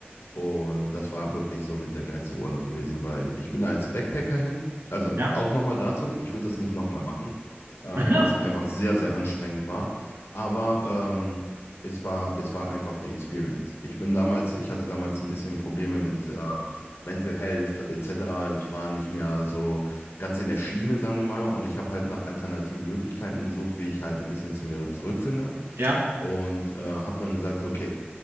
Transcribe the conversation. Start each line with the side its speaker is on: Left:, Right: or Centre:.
Left: Und das war wirklich so mit der geilste Urlaub gewesen, weil ich bin da als Backpacker hin. Also
Right: Ja,
Left: auch nochmal dazu, ich würde das nicht nochmal machen ähm,
Right: Aha.
Left: weil es einfach sehr, sehr anstrengend war. Aber ähm, es war, es war einfach eine Experience. Ich bin damals, ich hatte damals ein bisschen Probleme mit äh, Mental Health etc. Ich war nicht mehr so ganz in der Schiene, sagen wir mal, und ich habe halt nach alternativen Möglichkeiten gesucht, wie ich halt ein bisschen zu mir zurückfinde.
Right: ja,
Left: Und äh, habe dann gesagt, so, okay,